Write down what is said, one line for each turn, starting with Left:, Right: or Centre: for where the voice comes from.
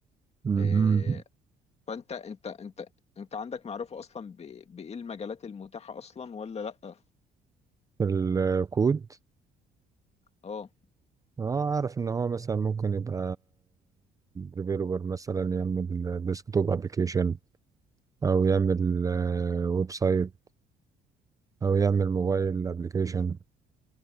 Right: مهم.
Left: آه، فانت انت انت انت عندك معرفة اصلا ب- بايه المجالات المتاحة اصلا ولا لا
Right: في الكود
Left: اه
Right: اه اعرف ان هو مثلا ممكن يبقى ديفيلوبر مثلا يعمل ديسكتوب ابلكيشن او يعمل ويب سايت او يعمل موبايل ابلكيشن